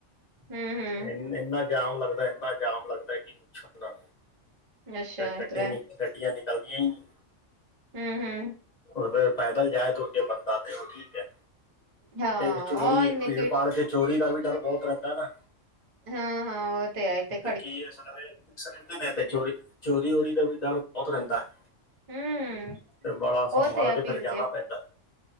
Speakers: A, on the right; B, on the left.
A: ਹੂੰ-ਹੂੰ,
B: ਇੰਨਾ ਜਾਮ ਲੱਗਦਾ ਇੰਨਾ ਜਾਮ ਲੱਗਦਾ ਕਿ ਪੁੱਛੋ ਨਾ
A: ਅੱਛਾ ਇਸ
B: ਗੱਡੀ
A: ਤਰ੍ਹਾਂ
B: ਨੀ। ਗੱਡੀਆਂ ਨਿਕਲਦੀਆਂ ਹੀ ਨਹੀਂ।
A: ਹੂ ਹੂ
B: <unintelligible> ਪੈਦਲ ਜਾਏ ਤੁਰ ਕੇ ਬੰਦਾ ਤੇ ਉਹ ਠੀਕ ਹੈ।
A: ਹਾਂ
B: ਇਹ ਚੋਰੀ
A: ਉਹ ਇੰਨੇ
B: ਭੀੜ ਪਾੜ ਚ ਚੋਰੀ ਦਾ ਵੀ ਡਰ ਬਹੁਤ ਰਹਿੰਦਾ ਨਾ।
A: ਹਾਂ ਹਾਂ। ਆ ਉਹ ਤੇ ਆਈ ਤੇ
B: ਕੀ ਇਹ ਸਾਰੇ ਮਿਕਸ ਰਹਿੰਦੇ ਨੇ ਚੋਰੀ ਚੋਰੀ ਦਾ ਵੀ ਡਰ ਬਹੁਤ ਰਹਿੰਦਾ ਹੈ।
A: ਹੂੰ,
B: ਤੇ ਬੜਾ
A: ਉਹ
B: ਸੰਭਾਲ
A: ਤੇ ਆ
B: ਕੇ ਫਿਰ
A: ਭੀੜ
B: ਜਾਣਾ ਪੈਂਦਾ।